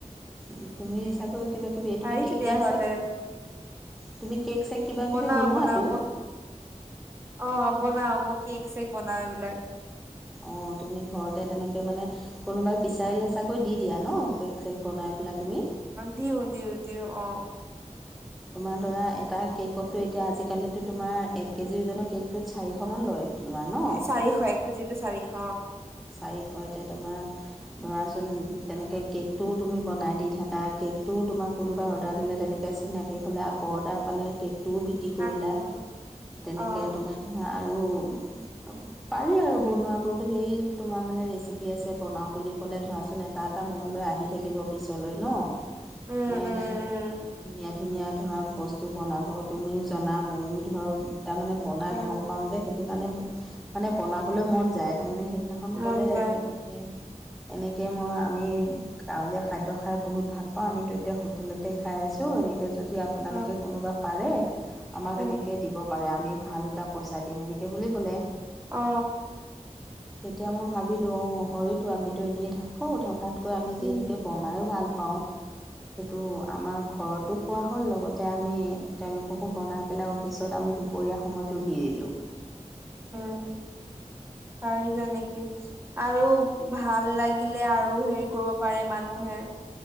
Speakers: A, in the centre; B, on the right.
A: ওম তুমি চাগৈ কিবা কিবি তুমি
B: পাৰি
A: কে
B: তেতিয়াহলে
A: কেক চেক, তুমি কেক চেক কিবা
B: বনাও
A: কিবি বনোৱাতো
B: বনাও মই, অ বনাও মই কেক চেক বনাও এইবিলাক।
A: অঁ তুমি ঘৰতে তেনেকৈ মানে কোনোবাই বিচাৰিলে চাগৈ দি দিয়া ন গৈ কেক বনাই পেলাই তুমি
B: দিওঁ দিওঁ দিওঁ অ।
A: তোমাৰ ধৰা এটা কেকততো এতিয়া আজিকালিতো তোমাৰ এক কেজি ওজনৰ কেকটোত চাৰিশ মান লয়। তোমাৰ ন
B: এ চাৰিশ এক কেজিৰটো চাৰিশ।
A: চাৰিশ এতিয়া তোমাৰ ধৰাচোন তেনেকে কেকটোও তুমি বনাই দি থাকা, কেকটোও তোমাক কোনোবা অৰ্ডাৰ দিলে তেনেকে চ চিনাকি হ'লে আকৌ অৰ্ডাৰ পালে কেকটোও বিক্ৰী
B: আঠশ
A: কৰিলা তেনেকে
B: অ
A: তোমাৰ হা আৰু পা পাৰি আৰু বনোৱাবটো সেই তোমাৰ মানে ৰেচিপি আছে বনাওঁ বুলি ক'লে ধৰাচোন এটা এটা মনলৈ আহি থাকিব পিছলৈ ন।
B: উম
A: তোমাৰ
B: উম
A: ইমান
B: উম
A: ধুনীয়া ধুনীয়া ধৰা বস্তু বনাব, তুমিও জনা ময়ো ধৰ তাৰমানে বনাই
B: উম
A: ভাল পাওঁ যে সে টো কাৰণে ব মানে বনাবলৈ মন যায় তাৰমানে সেইদিনাখন
B: মন
A: ক'লে
B: যায়
A: যে এনেকে এনেকে মই আমি গাঁৱলীয়া খাদ্য খাই বহুত ভাল পাওঁ, আমিতো এতিয়া হোটেলতে খাই আছো এনে কে যদি আপোনালোকে
B: উম
A: কোনোবা পাৰে, আমাক
B: উম
A: এনেকে দিব পাৰে আমি ভাল এটা পইচা দিম এনেকে বুলি ক'লে।
B: অ।
A: তেতিয়া মই ভাবিলোঁ, অঁ হয়তো আমিতো এনেই থাকোঁ থকাতকৈ আমি
B: উম
A: যিহেতুকে বনায়ো ভাল পাওঁ। সেইটো আমাৰ ঘৰতো খোৱা হ'ল লগতে আমি তেওঁলোককো বনাই পেলাই অফিচত আমি দু পৰীয়া সময়তো দি দিলো।
B: ওম পাৰিলা নেকি? আৰু ভাল লাগিলে আৰু হেৰি কৰিব পাৰে মানুহে।